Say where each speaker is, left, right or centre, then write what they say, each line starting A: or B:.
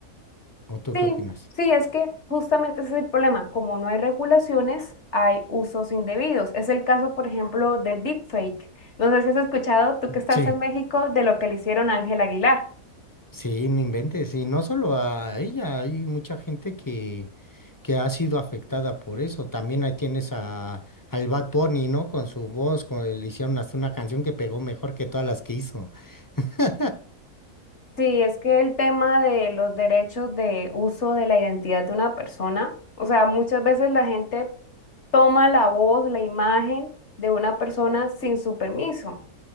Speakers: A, on the left; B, on the left.
A: ¿O tú
B: Sí,
A: qué opinas?
B: sí, es que justamente ese es el problema. Como no hay regulaciones, hay usos indebidos. Es el caso, por ejemplo, del deepfake. No sé si has escuchado, tú que estás
A: Sí.
B: en México, de lo que le hicieron a Ángel Aguilar.
A: Sí, no inventes, y no solo a ella, hay mucha gente que, que ha sido afectada por eso. También ahí tienes a, al Bad Bunny, ¿no? Con su voz, con, le hicieron hasta una canción que pegó mejor que todas las que hizo. <laughs>
B: Sí, es que el tema de los derechos de uso de la identidad de una persona, o sea, muchas veces la gente toma la voz, la imagen de una persona sin su permiso.